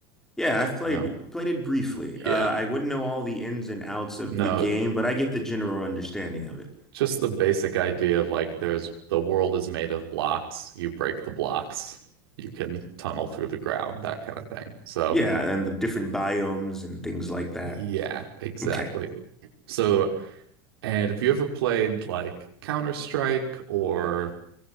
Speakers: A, in the centre; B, on the right.
A: Yeah, I've played
B: You know.
A: played it briefly.
B: Yeah.
A: Uh, I wouldn't know all the ins and outs of
B: No,
A: the game, but I get the general understanding of it.
B: Just the basic idea of like there's the world is made of blocks. You break the blocks, you can tunnel through the ground, that kind of thing. So,
A: Yeah, and the different biomes and things like that.
B: yeah, exactly.
A: Okay.
B: So, and have you ever played like Counter-Strike or